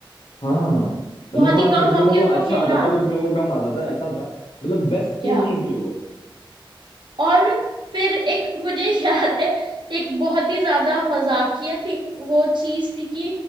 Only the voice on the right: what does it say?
बहुत
ही कम
हॉकी
उनको
खेलना
आता
था
या
और फिर एक मुझे <laughs> याद है एक बहुत ही ज्यादा मजाकिया थी वो चीज थी कि